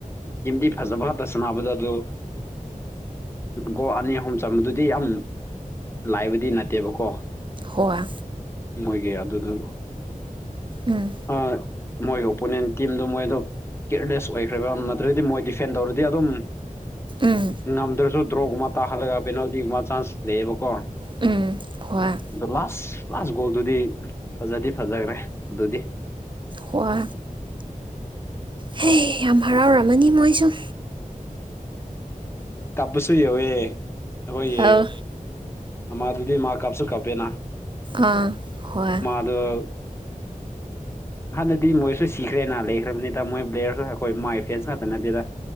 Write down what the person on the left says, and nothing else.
ꯇꯤꯝꯗꯤ ꯐꯖꯕ ꯁꯥꯟꯅꯕꯗꯣ ꯑꯗꯨ ꯒꯣ ꯑꯅꯤ ꯑꯍꯨꯝ ꯆꯕꯗꯨꯗꯤ ꯌꯥꯝ ꯂꯥꯏꯕꯗꯤ ꯅꯠꯇꯦ ꯇꯦꯕꯀꯣ
ꯃꯣꯏꯒꯤ ꯑꯗꯨꯗ
ꯑꯥ ꯃꯣꯏꯒꯤ ꯑꯣꯄꯣꯅꯦꯟ ꯇꯤꯝꯗꯣ ꯃꯣꯏꯗꯣ ꯀꯤꯌꯔꯂꯦꯁ ꯑꯣꯏꯈ꯭ꯔꯦꯕ ꯅꯠꯇ꯭ꯔꯗꯤ ꯃꯣꯏ ꯗꯤꯐꯦꯟ ꯇꯧꯔꯗꯤ ꯑꯗꯨꯝ
ꯉꯝꯗ꯭ꯔꯁꯨ ꯗ꯭ꯔꯣꯒꯨꯝꯕ ꯇꯥꯍꯜꯂꯒ ꯄꯦꯅꯥꯜꯇꯤꯒꯨꯝꯕ ꯆꯥꯟꯁ ꯂꯩꯌꯦꯕꯀꯣ
ꯗꯣ ꯂꯥꯁ ꯂꯥꯁ ꯒꯣꯜꯗꯨꯗꯤ ꯐꯖꯗꯤ ꯐꯖꯒ꯭ꯔꯦ ꯑꯗꯨꯗꯤ
ꯇꯞꯄꯁꯨ ꯌꯧꯋꯦ ꯑꯈꯣꯏꯌꯦ
ꯑꯃꯗꯨꯗꯤ ꯃꯥ ꯀꯥꯞꯁꯨ ꯀꯥꯞꯄꯦꯅ
ꯗꯣ ꯍꯥꯟꯅꯗꯤ ꯃꯣꯏꯁꯨ ꯁꯤꯈ꯭ꯔꯦꯅ ꯂꯩꯈ꯭ꯔꯕꯅꯤꯗ ꯃꯣꯏ ꯄ꯭ꯂꯦꯌꯔ ꯑꯩꯈꯣꯏ ꯃꯥꯏ ꯐꯦꯟꯁ ꯉꯥꯛꯇ ꯅꯠꯇꯦꯗ